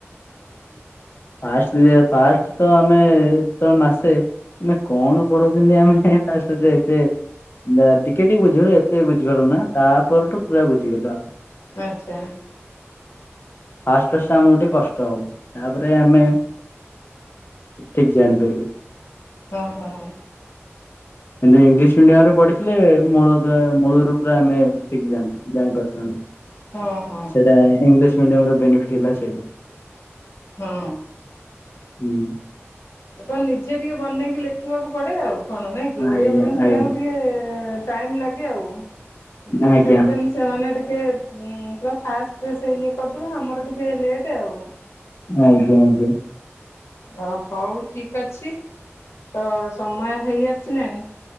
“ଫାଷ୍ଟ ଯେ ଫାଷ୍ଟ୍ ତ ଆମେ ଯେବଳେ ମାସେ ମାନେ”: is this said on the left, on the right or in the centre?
Left